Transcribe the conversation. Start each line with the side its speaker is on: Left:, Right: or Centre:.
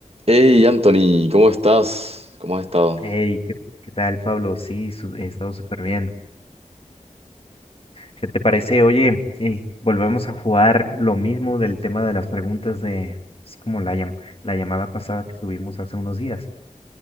Right: Hey Anthony, ¿cómo estás? ¿Cómo has estado?
Left: Hey, ¿qué, qué tal, Pablo? Sí, su- he estado súper bien. ¿Qué te parece? Oye, eh, volvemos a jugar lo mismo del tema de las preguntas de, así como la, llam- la llamada pasada que tuvimos hace unos días.